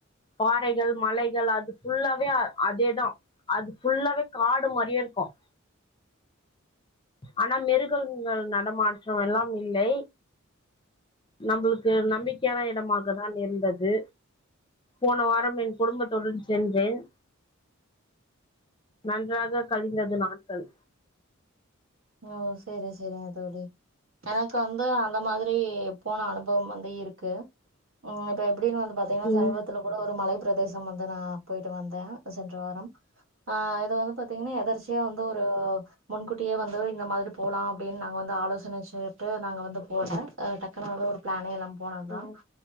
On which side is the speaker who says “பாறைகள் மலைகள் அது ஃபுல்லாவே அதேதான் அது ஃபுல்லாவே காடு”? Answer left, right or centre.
Left